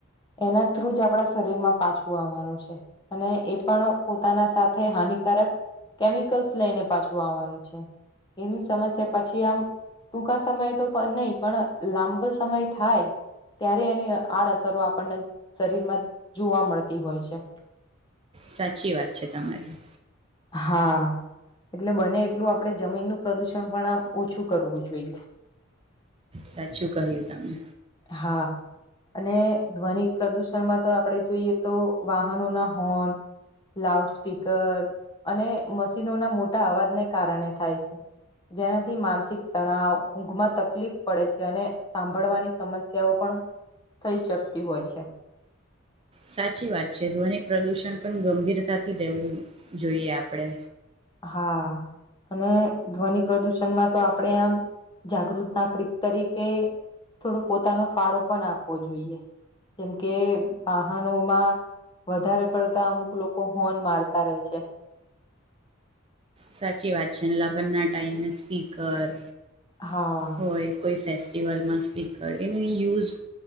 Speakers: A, on the left (about 20°); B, on the right (about 30°).
A: એના થ્રુજ આપણા શરીરમાં પાછું આવાનું છે અને એ પણ પોતાના સાથે હાન નિકારક કેમિકલ્સ લઈને પાછું આવાનું છે. એની સમસ્યા પછી આમ ટૂંકા સમય તો તો નઈ પણ લાંબો સમય થા થાય ત્યારે એનીઅ આડ અસરો આપણને શરીરમાં જોવા મળતી હોય છે.
B: સાચી વાત છે તમારી
A: હા એટલે બને એટલું આપણે જમીનનું પ્રદુષણ પણ આમ ઓછું કરવું જોઈએ.
B: સાચું કહ્યું તમે
A: હા અને ધ્વનિ પ્રદુષણમાં તો આપણે જોઈએ તો વાહનો ના હોર્ન લાઉડ સ્પીકર અને મશીનોના મોટા અવાજને કારણે થાય છે જેનાથી માનસિક તણાવ ઊંઘમાં તકલીફ પડે છે અને સાંભળવાની સમસ્યાઓ પણ થઈ શકતી હોય છે
B: સાચી વાત છે ધ્વનિ પ્રદુષણ પણ ગંભીરતાથી લેવું જોઈએ આપડે
A: હા અને ધ્વનિ પ્રદુષણ તો આપણે આમ જાગૃત ના કિક તરીકે થોડું પોતાનો ફાળો પણ આપવો જોઈએ જેમ કે વાહનોમાં વધારે પડતા અમુક લોકો હોન મારતા રહે છે
B: સાચી વાત છે લગ્ન ના ટાઈમે સ્પીકર
A: હા
B: હોય કોઈ ફે ફેસ્ટિવલ સ્પીકર એનો યુઝ